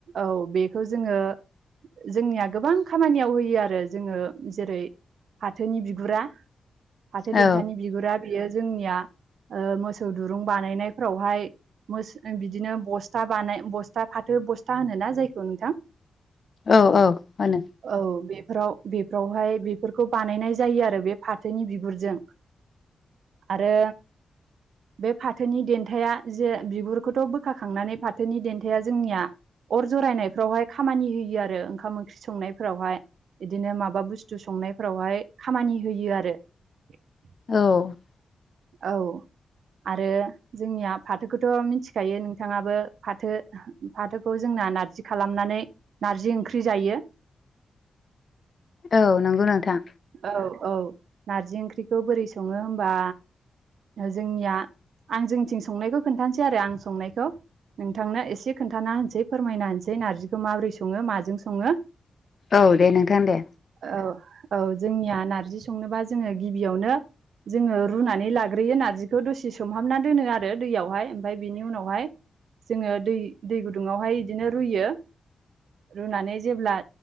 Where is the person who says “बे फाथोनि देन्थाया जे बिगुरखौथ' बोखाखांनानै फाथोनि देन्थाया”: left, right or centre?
Right